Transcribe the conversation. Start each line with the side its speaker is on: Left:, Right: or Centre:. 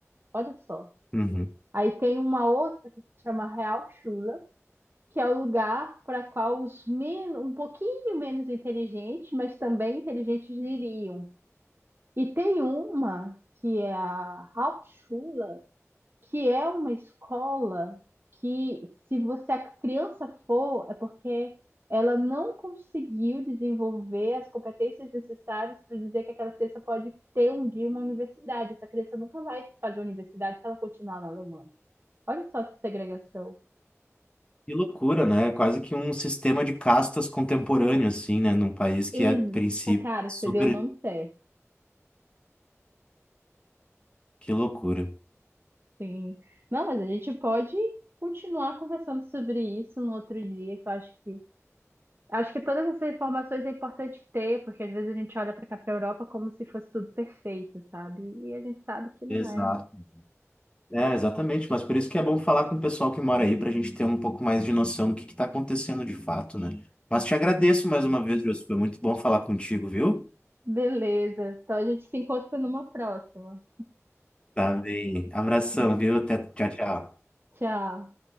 Right: Olha só.
Left: Uhum.
Right: Aí tem uma outra que se chama Real Chula, que é o lugar para qual os menos, um pouquinho menos inteligentes, mas também inteligentes iriam. E tem uma que é a Hauptschule, que é uma escola que, se você a criança for, é porque ela não conseguiu desenvolver as competências necessárias para dizer que aquela criança pode ter um dia uma universidade. Essa criança nunca vai fazer universidade se ela continuar na Alemanha. Olha só que segregação.
Left: Que loucura, né? É Quase que um sistema de castas contemporâneo, assim, né? Num país que,
Right: Eita,
Left: a princípio,
Right: cara,
Left: é super.
Right: você deu o nome certo.
Left: Que loucura.
Right: Sim. Não, mas a gente pode continuar conversando sobre isso no outro dia, que eu acho que Acho que todas essas informações é importante ter, porque às vezes a gente olha para cá, para Europa, como se fosse tudo perfeito, sabe? E a gente sabe que não
Left: Exato.
Right: é. né?
Left: É, exatamente. Mas por isso que é bom falar com o pessoal que mora aí, para a gente ter um pouco mais de noção do que está acontecendo de fato, né? Mas te agradeço
Right: É.
Left: mais uma vez, José. Foi muito bom falar contigo, viu?
Right: Beleza. Então a gente se encontra numa próxima.
Left: Tá bem. Abração,
Right: <laughs>
Left: viu? Até tchau, tchau.
Right: Tchau.